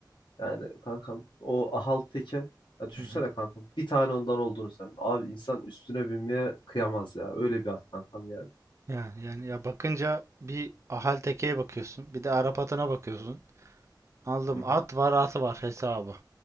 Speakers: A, on the left (about 80°); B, on the right (about 40°).
A: Yani kankam o ahal teke ya düşünsene
B: Hı hı.
A: kankam bir tane ondan olduğunu sen. Abi insan üstüne binmeye kıyamaz ya. Öyle bir at kankam yani.
B: Yani yani ya bakınca bir ahal tekeye bakıyorsun, bir de Arap atına bakıyorsun. Aldım
A: Hı hı.
B: at var, atı var hesabı.